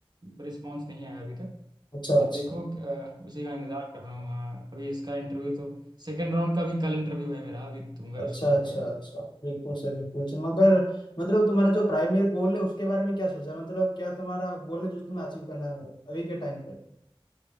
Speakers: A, on the right (about 45°); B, on the left (about 50°).
A: रिस्पांस नहीं आया अभी तक
B: अच्छा
A: अब
B: अच्छा
A: देखो अ, उसी का इंतजार कर रहा हूँ हाँ अभी इसका इंटरव्यू तो सेकंड राउंड का भी कल इंटरव्यू है मेरा अभी दूंगा
B: अच्छा
A: उसको जाके
B: अच्छा
A: यार
B: अच्छा बिल्कुल सर बिल्कुल सर मगर मतलब तुम्हारा जो प्राइमरी गोल है उसके बारे में क्या सोचा है मतलब क्या तुम्हारा गोल है जो तुम्हें अचीव करना है अभी के टाइम पे